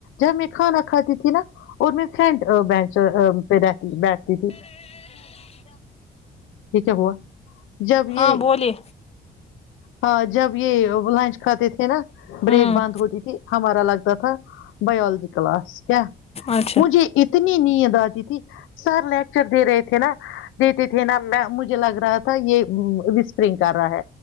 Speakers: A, on the left; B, on the left.
A: جب میں کھانا کھاتی تھی نا اور میں فرینڈ بینچ پہ رہ بیٹھتی تھی یہ کیا ہوا جب
B: ہاں
A: یہ
B: بولیے
A: ہاں جب یہ لنچ کھاتے تھے نا
B: ہوں
A: بریک بند ہوتی تھی ہمارا ا لگتا تھا بائیولوجی کلاس کیا
B: اچھا
A: مجھے اتنا اتنی نیند آتی تھی سر لیک ر دی رہے تھے نا دیتے تھے نا مجھے لگ رہا تھا یہ وسپرنگ کر رہا ہے